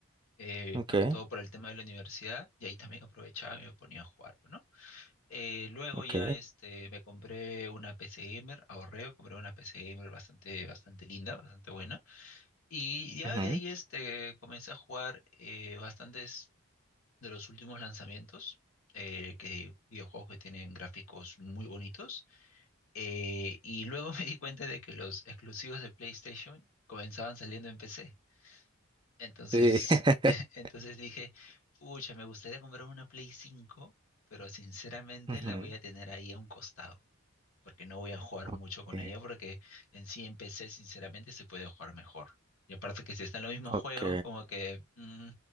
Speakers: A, on the left; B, on the right.
A: eh,
B: ok,
A: más que todo por el tema de la universidad, y ahí también aprovechaba y me ponía a jugar, ¿no? Eh, luego
B: ok.
A: ya este, me compré una PC gamer, ahorré, compré una PC gamer bastante, bastante linda, bastante buena. Y ya
B: ujú,
A: de ahí este, comencé a jugar eh, bastantes de los últimos lanzamientos, eh, que, videojuegos que tienen gráficos muy bonitos. Eh, y luego <laughs> me di cuenta de que los exclusivos de PlayStation comenzaban saliendo en PC. Entonces,
B: Sí. <laughs>
A: <laughs> entonces dije, pucha, me gustaría comprar una Play 5, pero sinceramente
B: ujú,
A: la voy a tener ahí a un costado porque no voy a jugar
B: Ok,
A: mucho con ella, porque en sí en PC sinceramente se puede jugar mejor. Y aparte que si están los mismos
B: ok.
A: juegos, como que mm,